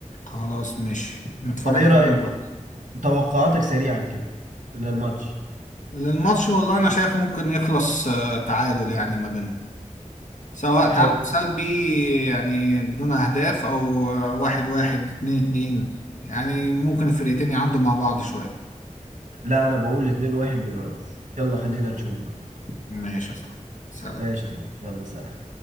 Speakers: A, on the left; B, on the right.
A: خلاص ماشي نتفرج
B: طب ايه رأيك
A: عنه.
B: توقعاتك سريعا كده للماتش
A: للماتش والله انا شايف ممكن يخلص آه، تعادل يعني ما بينهم سواء تعادل
B: حلو
A: سلبي يعني بدون اهداف او آه، واحد واحد اتنين اتنين يعني ممكن الفرقتين يعندوا مع بعض شوية
B: لا انا بقول 2-1 لبيراميدز يلا خلينا نشوف بقى
A: ماشي يا صاحبي سلام
B: ماشي صح يلا سلام